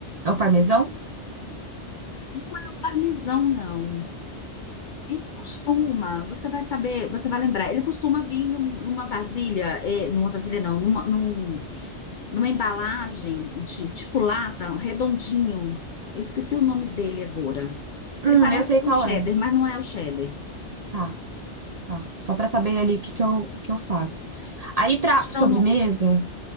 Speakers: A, on the right; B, on the left.
A: É o parmesão?
B: Não é o parmesão, não. Ele costuma, você vai saber, você vai lembrar, ele costuma vir num- numa vasilha, é, numa vasilha não, numa, num- numa embalagem de tipo lata, um redondinho. Eu esqueci o nome dele agora.
A: Hum,
B: Ele parece
A: eu sei
B: com
A: qual
B: cheddar,
A: é.
B: mas não é o cheddar.
A: Tá, tá. Só pra saber ali o que que eu, o que que eu faço. Aí pra
B: Deixa eu
A: sobremesa,
B: dar o nome.